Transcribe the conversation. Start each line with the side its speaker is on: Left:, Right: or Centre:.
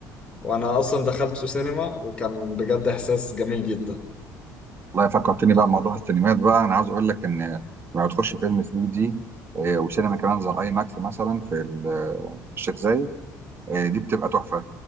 Left: وأنا أصلا دخلته سينما وكان بجد إحساس جميل جدا
Right: والله فكرتني
Left: يعني
Right: بقى بموضوع السينمات بقى أنا عاوز أقول لك إن لما تخش فيلم 3 دي آه، وسينما كمان زي الأي ماكس مثلا في ال- في الشيخ زايد آه، دي بتبقى تحفة